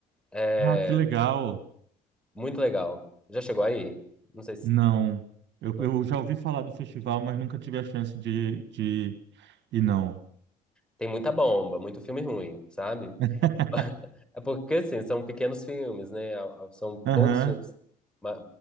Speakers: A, in the centre; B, on the right.
A: é
B: Ah, que legal!
A: muito legal. Já chegou aí? Não sei se...
B: Não, eu,
A: não.
B: eu já ouvi falar do festival, mas nunca tive a chance de, de ir, não.
A: Tem muita bomba, muito filme ruim, sabe?
B: <laughs>
A: <laughs> É porque, assim, são pequenos filmes, né? A- a- São
B: Aham.
A: poucos filmes, ma-